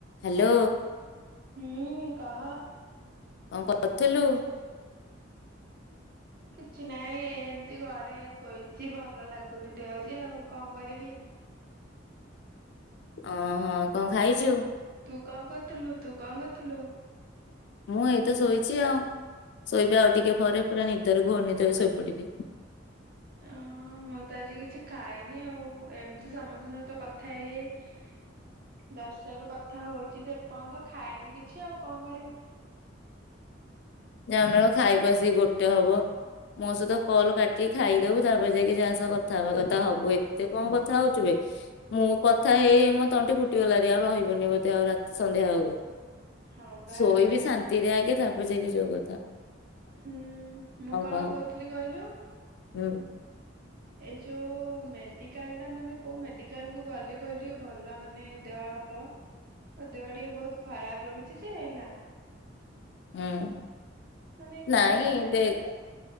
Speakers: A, on the left; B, on the right.
A: Hello.
B: ହୁଁ କହ।
A: କଣ କରୁଥୁଲୁ?
B: କିଛି ନାଇଁ ଏମିତି ଘରେ ଶୋଇଛି ଭଲ ଲାଗୁନି ଦେହ ଯେ ଆଉ କଣ କରିବି?
A: ଓହୋ କଣ ଖାଇଛୁ?
B: ତୁ କଣ କରୁଥୁଲୁ ତୁ କଣ କରୁଥୁଲୁ?
A: ମୁଁ ଏଇତ ଶୋଇଛି ଆଉ। ଶୋଇବି ଆଉ ଟିକେ ପରେ ପୁରା ନିଦରେ ଘୋର ନିଦରେ ଶୋଇପଡ଼ିବି।
B: ହଁ ମୁଁ ତ ଆଜି କିଛି ଖାଇନି ଆଉ ଏମିତି ସମସ୍ତଙ୍କ ସହିତ କଥା ହେଇ ହେଇ ଦଶ ଟାରୁ କଥା ହଉଛି ଯେ ଏ ପର୍ଯ୍ୟନ୍ତ ଖାଇନି କିଛି ଆଉ କଣ କରିବି।
A: ଜାଉ ନଳ ଖାଇବୁ ଆସିକି ଗୋଟେ ହବ ମୋ ସହିତ କଲ୍ କାଟିକି ଖାଇଦବୁ ତାପରେ ଯାଇକି ଯାହା ସହ କଥା ହେବା କଥା ହବୁ ଏତେ କଣ କଥା ହଉଛୁବେ ମୁଁ କଥା ହେଇ ମୋ ତଣ୍ଟି ଫୁଟିଗଲାଣି ଆଉ ରହିବନି ବୋଧେ ଆଉ ରାତି ସନ୍ଧ୍ୟା ବଳକୁ।
B: ହଁ ବା
A: ସୋଇବି
B: କା
A: ଶାନ୍ତି ରେ ଆଗେ ତାପ୍ ବଜାଇ <unintelligible> ଜଗତ୍
B: ହୁଁ ମୁଁ କଣ
A: କହ
B: କହୁଥିଲି କହିଲୁ
A: ହୁଁ।
B: ଏଇ ଯୋଉ ମେଡିକାଲ ଟା ମାନେ କୋଉ ମେଡିକାଲ କୁ ଗଲେ କହିଲୁ ଟିକେ ଭଲ ମାନେ ଦେହ ହବ ମୋ ଦେହ ଟିକେ ବହୁତ ଖରାପ ରହୁଛି ଯେ ହେଲା
A: ହୁଁ
B: ମାନେ
A: ନାଇଁ
B: କୋଉ
A: ଦେଖ